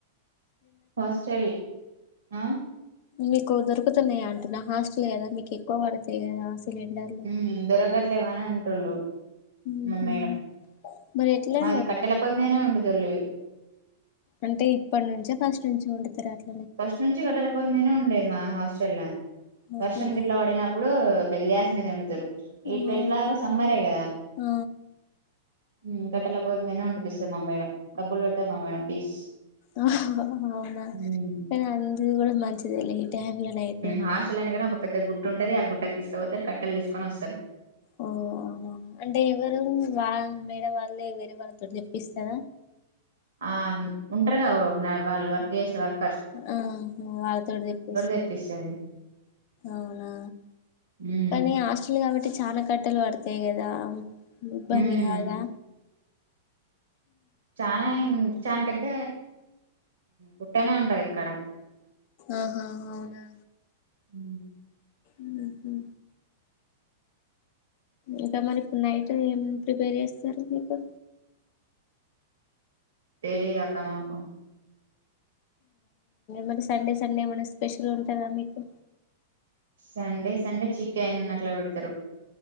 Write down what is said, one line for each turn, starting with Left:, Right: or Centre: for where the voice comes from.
Right: హాస్టల్ ఆ
Left: మీకు దొకుతున్నాయ అంటునా హాస్టల్ కదా మీకు ఎక్కువ పడతయి కదా సిలిండర్లు
Right: ఉమ్ దొరకట్లే వని అంటుండు
Left: ఉహు
Right: మా మేడం
Left: మరి ఎట్లా
Right: మాది కట్టెల పొయ్యిమీదనే వండుతలే
Left: అంటే ఇప్పటి నుంచ ఫస్ట్ నుంచి వండుతర అట్
Right: ఫస్ట్ నుంచి గట్టల పోయి మీదనే వండేది మా హాస్టల్ల
Left: ఓహో
Right: వర్షం గిట్ల వడినప్పుడు గ్యాస్ మీద వండుతరు
Left: అవునా
Right: ఇప్పుడు ఎట్లాగొ సమ్మరే గదా
Left: ఆ
Right: ఉమ్ కట్టెల పోయి మీదనే వండిపిస్తది మా మేడం డబ్బులు పెట్టదు మా మేడం ఫీస్
Left: అవునా
Right: ఉమ్
Left: కాని అంది కూడా మంచిదేలే టైమ్ లోనయితే
Right: హాస్టల్ అనగానే ఒక పెద్ద గుట్ట ఉంటది ఆ గుట్టకు తీసుకపోతరు కట్టలు తీసుకొని వస్తరు
Left: ఓ అంటే ఎవరు వాల్ మేడ వాళ్ళే వేరే వాళ్ళతో తెప్పిస్తర
Right: ఆ ఉంటరుగా వ్ వాళ్ళు వర్క్ చేసే వాళ్ళు
Left: అహో వాళ్ళతోటి తెప్పిస్తరు
Right: తెప్పిస్తది
Left: అవునా
Right: ఉమ్
Left: కానీ హాస్టల్ కాబట్టి చాలా కట్టలు వడతయి కదా ఇబ్బంది
Right: ఉమ్
Left: గాదా
Right: చానా ఎమ్ చాన పెద్ద గుట్టనే ఉంటది ఇక్కడ
Left: ఆహా అవునా
Right: హ్మ్మ్
Left: ఉహు ఇంకా మరి ఇప్పుడు నైట్ ఏం ప్రిపేర్ చేస్తరు మీకు
Right: తెలీదు అక్క మాకు
Left: మరి సండే సండే ఏమన్నా స్పెషల్ ఉంటందా మీకు
Right: సండే సండే చికెన్ అట్లా పెడుతారు.